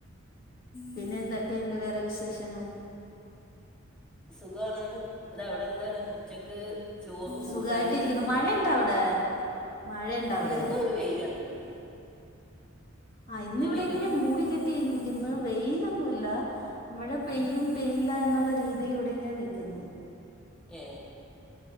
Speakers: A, on the left; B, in the centre.
A: പിന്നെ എന്തൊക്കെ ഇണ്ട് വേറെ വിശേഷങ്ങള്
B: സുഖവാണ് അതവിടെന്താണ് ഉച്ചക്ക് ചോറ്
A: സുഖായ്ട്ടിരിക്കുന്നു
B: കൂട്ടാൻ ഇല്ല
A: മഴയ്ണ്ടവിടെ മഴയ്ണ്ടവിടെ
B: ഇന്നൊരു വെയിൽ കണ്ടിട്ടുണ്ട്
A: ആ ഇന്നിവിടെ
B: ഇന്നൊരു വെയിലുണ്ട്
A: ഇങ്ങനെ മൂടി കെട്ടി നിക് ക്കുന്ന് ഇന്ന് വെയ്ലൊന്നുമില്ല മഴ പെയ്യും പെയ്യില്ല എന്നൊള്ള രീതില് ഇവിടിങ്ങനെ നിക്ക്ന്ന്
B: ഏ